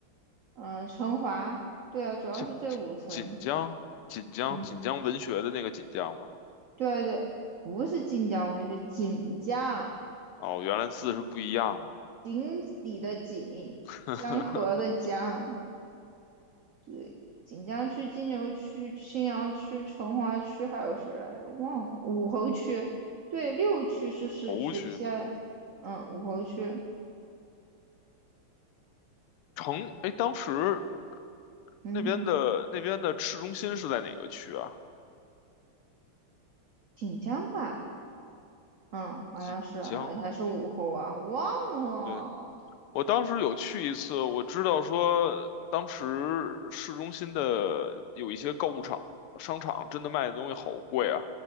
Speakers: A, on the right; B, on the left.
A: 嗯、成华，对啊，主要是这五城。
B: 锦锦锦江，锦江，
A: 嗯，
B: 锦江文学的那个锦江吗？
A: 对对，不是晋江文学，锦江，
B: 哦，原来字是不一样的。
A: 锦里的锦，
B: <laughs>
A: 江河的江，对，锦江区、金牛区、青羊区、成华区，还有谁来着？忘了，武侯区，对，六区是市区，
B: 湖区
A: 其他，嗯，武侯区，
B: 城，哎，当时
A: 嗯，
B: 那边的那边的市中心是在哪个区啊？
A: 锦江吧，嗯，好像是啊还还是武侯啊，
B: 济江。
A: 忘了，
B: 对，我当时有去一次，我知道说当时市中心的有一些购物场、商场，真的卖的东西好贵啊，